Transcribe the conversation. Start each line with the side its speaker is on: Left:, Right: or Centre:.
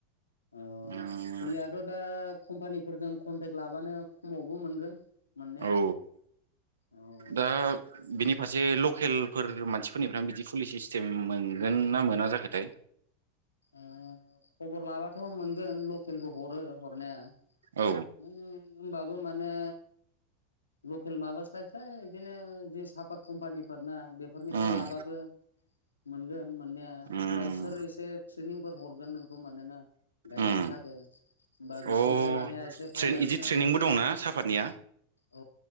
Left: अ
Right: उम
Left: फुलियाथ' दा कम्पानिफोरजों कनटेक लाबानो। खमावबो मोनगोन। मोननाया
Right: औ
Left: औ ओ
Right: दा बिनि फासे लकेलफोर मानसिफोरनिफ्राय बिदि पुलि सिस्टेम मोनगोनना मोना जाखोथाय?
Left: ओ खबर लाबथ' मोनगोन लकेलबो हरो हरनाया।
Right: औ
Left: <unintelligible> बो माने लकेल माबास्लाय स्लाय बिदिनो जे सापाय कम्पानि <unintelligible> बेफोरनिफाय
Right: उम
Left: लाबाबो। मोनगोन। मोननाया <unintelligible>
Right: उम
Left: <unintelligible> ट्रेनिंफोर हरगोन नोंखौ मानोना गायनायनि
Right: उम
Left: थाखाय होनबा बिसोरनिफ्राय
Right: अ
Left: लानाया। एसे फायदासिन
Right: ट्रेन इदि
Left: आरोना
Right: ट्रेनिबो दंना सापातनिया
Left: औ